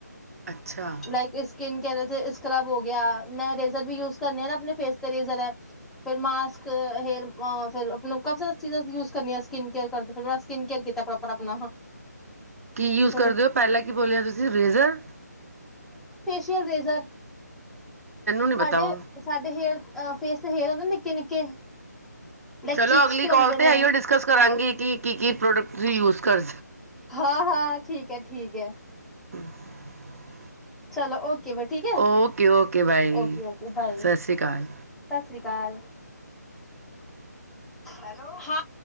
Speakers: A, on the right (about 55°); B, in the centre.
A: ਅੱਛਾ
B: ਲਾਈਕ ਸਕਕਿਨ ਕੇਰ ਸਕ੍ਰਬ ਹੋ ਗਿਆ ਮੈਂ ਰ ਵੀ ਯੂਜਸ ਕਰਨੀ ਆ ਨਾ ਆਪਣੇ ਫੇਸਜਰ ਫਿਰ ਮਾਸਕ ਹੇਅਰਰ ਆਪ ਕਾੀ ਚੀਜ਼ਾਂ ਯੂਸ ਕਰਨੀ ਆ ਸਕਿੰਨ ਕੇਅਰ ਕਰਿਰ ਮੈਂ ਸਕਿੰਨ ਕੇਅਰ ਕੀਤਾ ਪ੍ਰੋਪਰ ਆਪਣਾ
A: ਕੀ ਯੂਜ
B: ਥੋੜੀ
A: ਕਰਦੇ ਹੋ ਪਹਿਲਾਂ ਕੀ ਬੋਲਿਆ ਤੁਸੀਂ ਰਰੇਜ਼ਰ
B: ਰਜ਼ਰ
A: ਨੀ ਪਤਾ
B: ਸਾਡੇ
A: ਉਹ
B: ਸਾਡੇ ਹੇਅਰ ਅ ਫੇਸ ਦੇ ਹੇਅਰ ਹੁੰਦੇ ਨਿੱਕੇ ਨਿੱਕੇ <inaudible> ਲਾਈਕ
A: ਚਲੋ
B: ਚੀਕਸ
A: ਅਗਲੀ ਕਾਲ
B: ਹੁੰਦੇ
A: ਤੇ
B: ਨੇ
A: ਆਈਓ ਡਿਸਕਸ ਕਰਾਂਗੇ ਕਿ ਕੀ ਕੀ ਪ੍ਰੋਡਕਟ ਤੁਸੀ ਯੂਜ ਕਰ
B: ਹਾਂ ਹਾਂ ਠੀਕ ਹੈ ਠੀਕ ਹੈ
A: <inaudible>
B: ਚਲੋ ਓਕੇ ਬ ਠੀਕ ਹੈ
A: okay okay bye,
B: okay okay bye
A: ਸਤਿ ਸ਼੍ਰੀ ਅਕਾਲ
B: ਸਤਿ ਸ੍ਰੀ ਅਕਾਲ ਹੈਲੋ ਹਾਂ